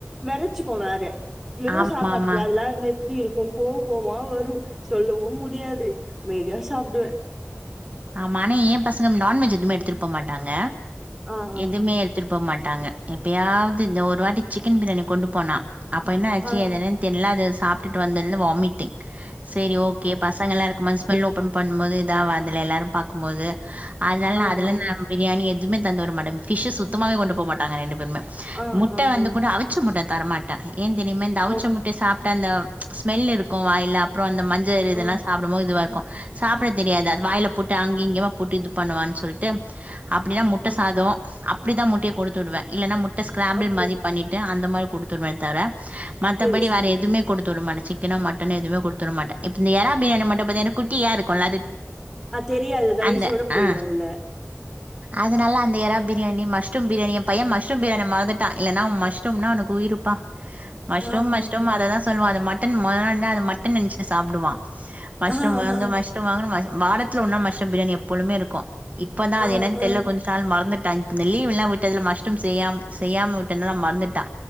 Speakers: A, in the centre; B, on the right.
A: வேறச்சுக்கு வேற வெறு
B: ஆமா
A: சாப்பாட்லல
B: ஆமா
A: எப்படி இருக்கு கோ கோவமா வரு சொல்லவு முடியாது அமைதியா சாப்புடுவே
B: ஆமா ஆனா எ பசங்க நான்வெஜ் எதுமே எடுத்துட்டு போமாட்டாங்க
A: ஆ, ஆ,
B: எதுமே
A: ஆ.
B: எடுத்துட்டு போமாட் டாங்க எப்பயாது தா ஒரு வாட்டி சிக்கன் பிரியாணி கொண்டு போனா அப்ப என்ன ஆச்சு
A: ஆ.
B: அதென்னு தெர்ல அத சாப்டுட்டு வந்ததுல இருந்து வாமிட்டிங் சேரி ஓகே பசங்கலா இருக்கு போது ஸ்மெல் ஓபன் பண்ணு போது எதாவா ல எல்லாரு பாக்குபோது அதனாலா நா
A: ஆமா,
B: அதுல இருந்து
A: ஆமா.
B: பிரியாணி எ துமே தந்துவுட மாட்டே ஃபிஷ்சு சுத்தமாவே கொண்டு போமாட்டாங்க ரெண்டு பேருமே
A: ஆ,
B: முட்ட
A: ஆ,
B: வந்து
A: ஆ.
B: கூட அவிச்ச முட்ட தரமாட்ட ஏன் தெரிமா இந்த அவுச்ச
A: ஓக்
B: முட்ட சாப்டா அந்த ஸ்மெல் இருக்கு வாயில்ல அப்ப அப்றோ அந்த மஞ்சள் இதெலா
A: ஆ,
B: சாப்டபோது இதுவா இருக்கு சாப்பட தெரியாது ஆ வாயில போட்டு அங்க இங்கியுமா போட்டு இது பண்ணுவான்னு சொல்லிட்டு அப்டின்னா முட்ட
A: ஆ.
B: சாதம் அப்படி தா முட்டைய கொடுத்துடுவிடுவ இல்லனா முட்ட ஸ்க்ராம்பெல்
A: ஓகே.
B: மாதிரி பண்ணிட்டு அந்த மாதிரி கொடுத்துடுவ தர மத்தபடி
A: சரி, சரி.
B: வேற எதுவுமே கொடுத்துவூடமாட்டே சிக்கனோ மட்டன்னோ எதுமே கொடுத்துட மாட்ட இப்ப இந்த ஏறா பிரியாணி மட்டு பாத்தா ஏன்னா குட்டியா இருக்குல அது ல
A: ஆ தெரியாது. ரைஸோட
B: அந்த
A: போயிடும்
B: ஆ
A: உள்ள.
B: அதனால அந்த எறா பிரியணி மஷ்ரூம் பிரியாணி எ பையன் மஷ்ரூம் பிரியாணி மறந்துட்டா இல்லன்னா மஷ்ரூம்னா அவன்க்கு உயிருப்பா மஷ்ரூம்
A: ஆ,
B: மஷ்ரூம்
A: ஆ, ஆ.
B: அததா சொல்லுவா அத மட்டன் மான மட்டன் நெனச்சு சாப்புடுவா மஷ்ரூம்
A: ஆ,
B: வாங்கு
A: ஆ,
B: மஷ்ரூம் வாங்குனு வாரத்துல ஓர் நாள் மஷ்ரூம் பிரியாணி எப்பொழுமே இருக்கு இப்பதா அது
A: ஆ,
B: என்னனு தெர்ல
A: ஆ.
B: கொஞ்ச நாள் மறந்துட் இந்த லீவ்லா விட்டதுல மஷ்ரூம் செய்யா செய்யாம விட்டனால மறந்துட்டா